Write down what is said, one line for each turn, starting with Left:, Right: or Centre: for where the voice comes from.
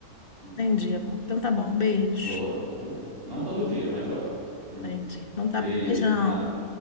Right: Hum,
Left: Entendi, amor. Então tá bom, um beijo.
Right: Tô, tô jogando. Não todo dia, mas jogo. Hum,
Left: Entendi. Então tá,
Right: Beijo,
Left: beijão.
Right: tchau.